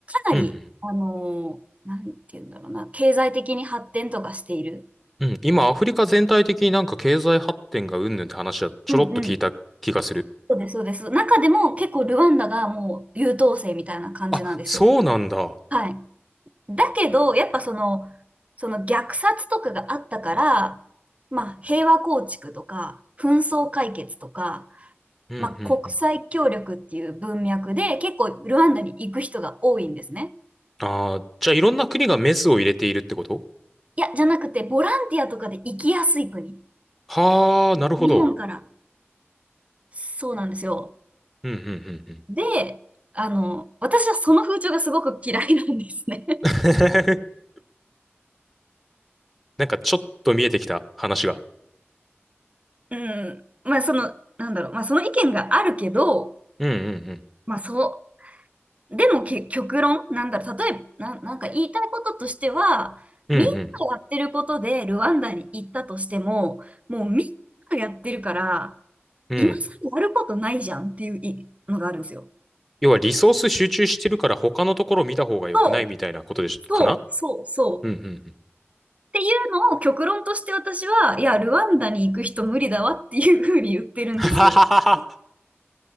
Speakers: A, on the right; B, in the centre.
A: なり、
B: うん
A: あの、なんて言うんだろうな、経済的に発展とかしている。
B: うん。うん。今、アフリカ全体的になんか経済発展がうんぬんって話はちょろっと聞いた気がする。
A: うんうん。そうです、そうです。中でも結構ルワンダがもう優等生みたいな感じなんですよ。
B: あ、そうなんだ。
A: はい。だけど、やっぱその、その虐殺とかがあったから、まあ平和構築とか、紛争解決とか、
B: うんうんうん。
A: まあ国際協力っていう文脈で結構ルワンダに行く人が多いんですね。
B: ああ、じゃあいろんな国がメスを入れているってこと
A: いや、じゃなくてボランティアとかで行きやすい国。
B: はあ、なるほど。
A: 日本から。そうなんですよ。
B: うんうんうんうん。
A: で、あの、私はその風潮がすごく嫌いなんですね。
B: <laughs> なんかちょっと見えてきた話が。
A: うん。まあ、その、なんだろう。まあ、その意見があるけど、
B: うんうんうん。
A: まあ、そう、でもけ、極論、なんだろう。例えば、な、なんか言いたいこととしては、
B: うんうん。
A: みんながやってることでルワンダに行ったとしても、もうみんながやってるから、
B: うん。
A: 今さらやることないじゃんっていういのがあるんですよ。
B: 要はリソース集中してるから他のところ見た方が良くないみたいなことでしかな
A: そう、そう、そう。そう
B: うんうんうん。
A: っていうのを極論として私は、いや、ルワンダに行く人無理だわっていうふうに言ってるんですよ。
B: <laughs>